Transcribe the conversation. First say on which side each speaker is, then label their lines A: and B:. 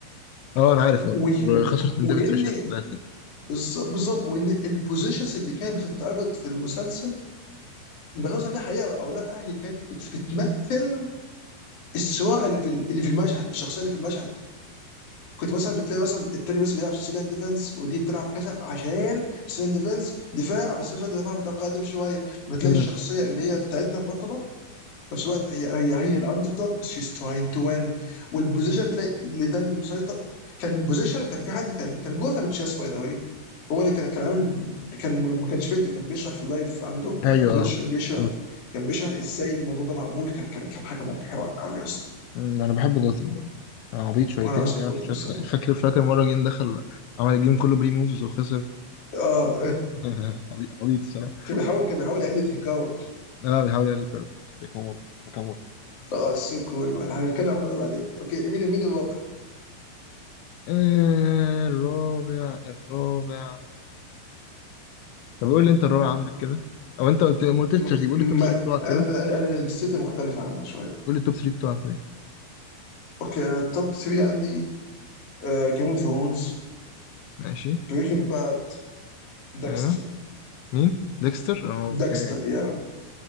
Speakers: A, on the left; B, on the left.
A: آه أنا عارف آه
B: و...
A: وخسرت
B: و...
A: من
B: وان
A: ديفيد فيشر في الآخر
B: بالظبط بالظبط وان البوزيشنز اللي كانت بتتعرض في المسلسل بغض النظر انها حقيقه او لا هي كانت بت... بتمثل الصراع اللي في ال- اللي في المشهد الشخصيه اللي في المشهد كنت مثلا بتلاقي مثلا التاني مثلا بيلعب سيسيليان ديفense ودي بتلعب كذا عشان سيسيليان ديفنس دفاع بس في نفس الوقت دفاع متقدم شويه بتلاقي
A: مم.
B: الشخصيه اللي هي بتاعتنا البطله في نفس الوقت هي هي هي الاندر دوج بس شيز تراين تو وين والبوزيشن تلاقي اللي ده اللي مسيطر كان البوزيشن كان في حد كان كان جوثام تشيس باي ذا واي هو اللي كان كان عامل كان ما كانش فيديو كان بيشرح في اللايف عنده
A: أيوه
B: على تويتش
A: آه
B: بيشرح
A: جوثن
B: كان بيشرح ازاي الموضوع ده معمول كان كان كان حاجه مبهره قوي يا اسطى
A: مم، أنا بحب جوثن برضه آه، عبيط شويتين
B: وانا بعشق
A: بيعمل
B: جوثام
A: شوية
B: الصراحه
A: حاجات فاكر فاكر مرة جه دخل عمل الجيم كله بري موفز وخسر
B: اه
A: <laughs> عبيط عبيط الصراحة
B: <laughs> كان بيحاول كان بيحاول يقلد هيكاو
A: آه بيحاول يقلل كارو ناكامورا ناكامورا
B: اه سو كول مان هنتكلم عن الموضوع ده بعدين اوكي مين مين الرابع؟
A: آه الرابع الرابع طب قول لي انت الرابع عندك كده او انت قلت ما قلتش
B: م-
A: ترتيب قول
B: ما
A: لي التوب 3 بتوعك
B: انا
A: كده
B: انا أنا الست مختلفة عنك شوية
A: قول لي التوب 3 بتوعك طيب
B: اوكي انا التوب 3 عندي جيم اوف ثرونز
A: ماشي
B: بريكنج باد داكستر
A: ايوه مين ديكستر اه، اوكي
B: داكستر يا